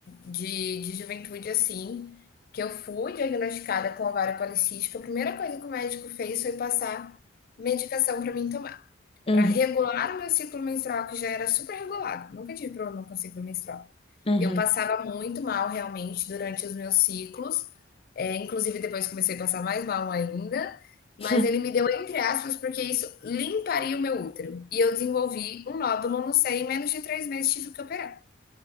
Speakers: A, on the left (about 50°); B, on the left (about 30°).
A: de, de juventude, assim, que eu fui diagnosticada com ovário policístico, a primeira coisa que o médico fez foi passar medicação para mim tomar,
B: Uhum,
A: para regular o meu ciclo menstrual, que já era super regulado, nunca tive problema com ciclo menstrual.
B: uhum.
A: Eu passava muito mal realmente durante os meus ciclos, é, inclusive depois comecei a passar mais mal ainda, mas
B: <laughs>
A: ele me deu entre aspas, porque isso limparia o meu útero. E eu desenvolvi um nódulo no seio e em menos de três meses tive que operar.